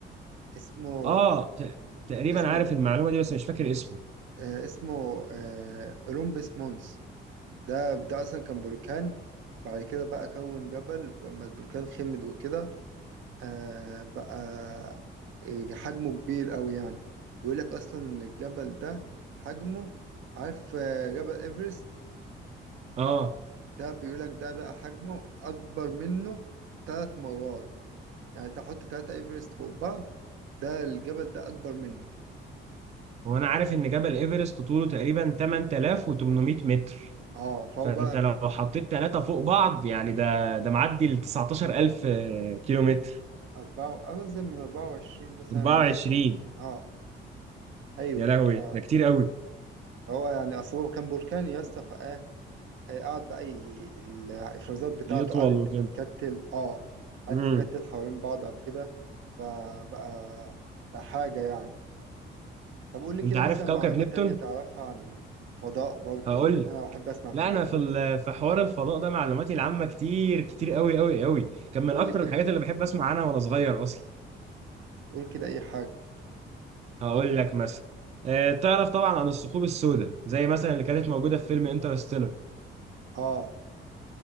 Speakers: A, on the right; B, on the right.
A: اسمه
B: اه ت- تقريبا
A: اسمه
B: عارف المعلومه دي بس مش فاكر اسمه
A: آه اسمه آه اولمبس مونس ده ده اصلا كان بركان بعد كده بقى كون جبل واما البركان خمد وكده آه بقى آه، حجمه كبير قوي يعني بيقولك اصلا ان الجبل ده حجمه عارف آه، جبل ايفرست
B: اه
A: ده بيقولك ده بقى حجمه أكبر منه تلات مرات يعني تحط تلاتة إيفرست فوق بعض ده الجبل ده أكبر منه
B: هو انا عارف ان جبل ايفرست طوله تقريبا 8800 متر
A: اه فهو
B: فانت
A: بقى
B: لو حطيت ثلاثه فوق بعض يعني ده ده معدي ال 19000 كيلو متر
A: أربعة أرزم من أربعة وعشرين مثلا
B: 24
A: ماشي اه أيوه
B: يا لهوي
A: ف...
B: ده كتير قوي
A: فهو يعني أصل هو كان بركان يا اسطى فإيه إيه، قعد بقى ي... الإفرازات بتاعته
B: يطول
A: قعدت
B: وكده
A: تتكتل اه قعدت
B: امم
A: تتكتل حوالين بعض أو كده فبقى بقى حاجة يعني طب قول لي كده
B: انت عارف
A: مثلا
B: كوكب
A: معلومة
B: نبتون
A: تانية تعرفها عن الفضاء برضو
B: هقول
A: لأن
B: لك.
A: أنا بحب أسمع الحاجات
B: لا انا
A: دي
B: في ال- في حوار الفضاء ده معلوماتي العامه كتير كتير قوي قوي قوي كان من
A: قول
B: اكتر
A: لي كده
B: الحاجات اللي بحب اسمع عنها وانا صغير اصلا
A: تقول كده أي حاجة
B: هقول لك مثلا آه، تعرف طبعا عن الثقوب السوداء زي مثلا اللي كانت موجوده في فيلم انترستيلر
A: آه